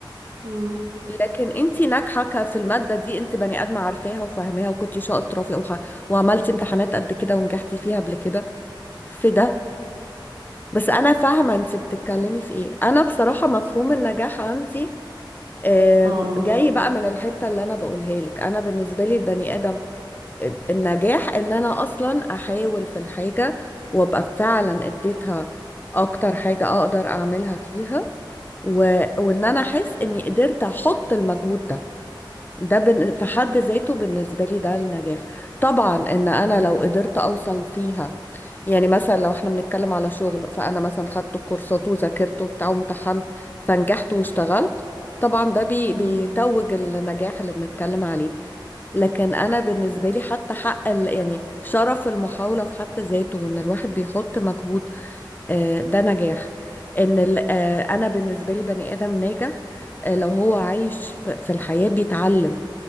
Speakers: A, on the right; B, on the left.
A: امم
B: لكن انت ناجحه ك- في الماده دي انت بني ادمه عارفاها وفاهماها وكنت شاطره فيها وخ- وعملتي امتحانات قد كده ونجحتي فيها قبل كده في ده بس انا فاهمه انت بتتكلمي في ايه انا بصراحه مفهوم النجاح عندي آم،
A: اه
B: جاي بقى من الحته اللي انا بقولها لك انا بالنسبه لي البني ادم آه، النجاح ان انا اصلا احاول في الحاجه وابقى فعلا اديتها اكتر حاجه اقدر اعملها فيها و... وان انا احس اني قدرت احط المجهود ده ده بن- في حد ذاته بالنسبة لي ده النجاح طبعا ان انا
A: اه
B: لو قدرت اوصل فيها يعني مثلا لو احنا بنتكلم على شغل فانا مثلا خدت الكورسات وذاكرت وبتاع وامتحنت فنجحت واشتغلت طبعا ده بي بيتوج
A: امم
B: النجاح اللي بنتكلم عليه لكن انا بالنسبة لي حتى حق ال- يعني شرف المحاولة في حد ذاته وان الواحد بيحط مجهود آه، ده نجاح ان ال- آه، انا بالنسبة لي بني ادم ناجح آه، لو هو عايش في في الحياة بيتعلم